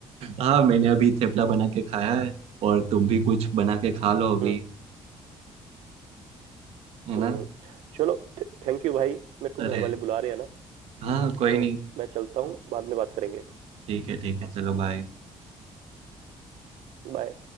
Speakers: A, on the right; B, on the right.
A: हाँ मैंने अभी थेपला बना के खाया है और तुम भी कुछ बना के खा लो अभी
B: हम्म
A: है ना
B: हम्म चलो थैंक यू भाई मेरे को
A: अरे
B: घर वाले बुला रहे हैं ना
A: हाँ कोई
B: तो
A: नहीं
B: मैं चलता हूँ बाद में बात करेंगे
A: ठीक है ठीक है चलो बाय
B: बाय